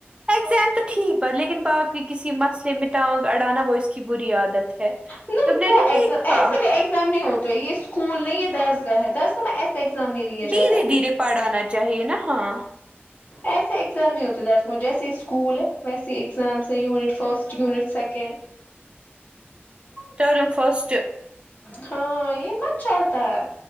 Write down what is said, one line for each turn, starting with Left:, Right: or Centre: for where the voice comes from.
Right: اگزام تو ٹھیک بات لیکن باقی کسی مسئلے میں ٹانگ اڑانا وہ اس کی بری عادت ہے
Left: نہیں
Right: تم نے
Left: کیا ایگزام
Right: دیکھا
Left: ایسے بھی ایگزام نہیں ہوتے یہ اسکول نہیں یہ دسگاہ ہے دسگاہ میں ایسے ایگزام نہیں لیے
Right: دھیرے
Left: جاتے
Right: دھیرے پڑ آنا چاہیے نا ہاں
Left: ایسے ایگزام نہیں ہوتے د جیسے ہی اسکول ہے ویسے exams unit first unit second
Right: term first
Left: ہاں یہ مت چلتا ہے